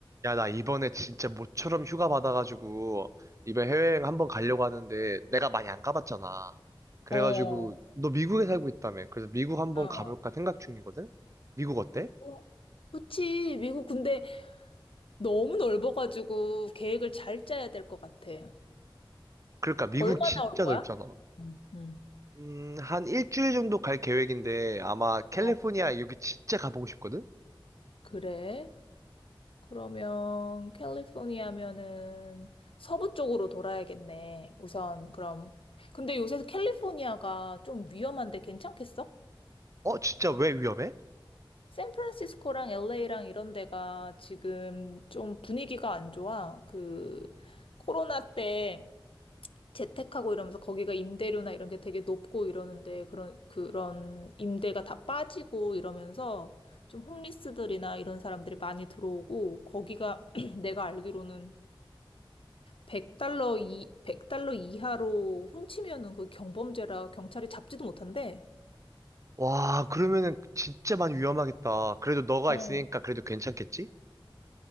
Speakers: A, on the right; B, on the left.
A: 야, 나 이번에 진짜 모처럼 휴가 받아가지고, 이번 해외여행 한번 가려고 하는데, 내가 많이 안 가봤잖아. 그래가지고,
B: 어, 어,
A: 너 미국에 살고 있다며. 그래서 미국 한번
B: 어.
A: 가볼까 생각 중이거든? 미국 어때?
B: 어, 그치. 미국 근데 너무 넓어가지고 계획을 잘 짜야 될 것 같아.
A: 그러니까 미국
B: 얼마나
A: 진짜
B: 올 거야?
A: 넓잖아.
B: 응, 응.
A: 음, 한 일주일 정도 갈 계획인데, 아마 캘리포니아
B: 어,
A: 여기 진짜 가보고 싶거든?
B: 그래. 그러면 캘리포니아면은 서부 쪽으로 돌아야겠네. 우선 그럼. 근데 요새 캘리포니아가 좀 위험한데 괜찮겠어?
A: 어, 진짜 왜 위험해?
B: 샌프란시스코랑 LA랑 이런 데가 지금 좀 분위기가 안 좋아. 그 코로나 때 재택하고 이러면서 거기가 임대료나 이런 게 되게 높고 이러는데 그런 그런 임대가 다 빠지고 이러면서 좀 홈리스들이나 이런 사람들이 많이 들어오고 거기가 <clears throat> 내가 알기로는 100달러 이 백 달러 이하로 훔치면은 그 경범죄라 경찰이 잡지도 못한대.
A: 와, 그러면은 진짜 많이 위험하겠다. 그래도 너가
B: 어,
A: 있으니까 그래도 괜찮겠지?